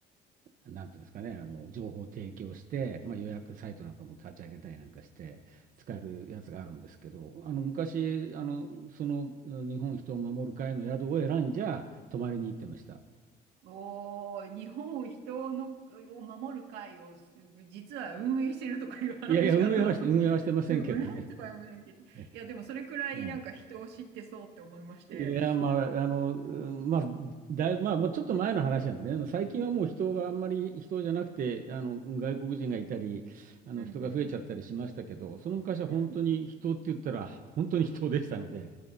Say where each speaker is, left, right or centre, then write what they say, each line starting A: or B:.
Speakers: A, on the right; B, on the right.
A: なんていうんですかね、あの情報を提供して、まあ、予約サイトなんかも立ち上げたりなんかして使えるやつがあるんですけど、あの昔、あのそのうん日本人を守る会の宿を選んじゃ泊まりに行ってました。
B: おー、日本を人のを守る会をす実は運営してるとかいう話かと思って
A: いやいや、運営はして、運営はしてませんけどね。
B: すごい、えーとか思いながいて。いや、
A: <laughs>
B: でもそれくらいなんか人を知ってそうって思いまして、
A: はいいや、まあ、あの、うんまあ、だいぶ、まあ、もうちょっと前の話なんでね、最近はもう人があんまり、人じゃなくて、あの、外国人がいたり、あの、
B: うんう
A: 人が増えちゃったりしましたけど、その昔は本当に人って言ったら、
B: ん。
A: 本当に人でしたので、